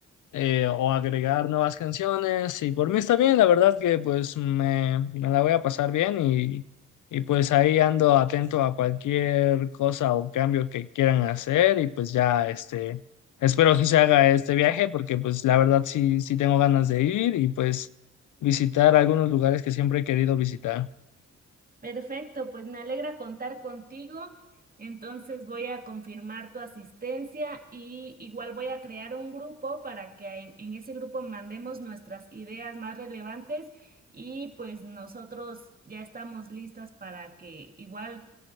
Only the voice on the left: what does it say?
eh, o agregar nuevas canciones. Y por mí está bien, la verdad que pues me, me la voy a pasar bien y, y pues ahí ando atento a cualquier cosa o cambio que quieran hacer y pues ya, este, espero que se haga este viaje porque pues la verdad sí, sí tengo ganas de ir y pues visitar algunos lugares que siempre he querido visitar.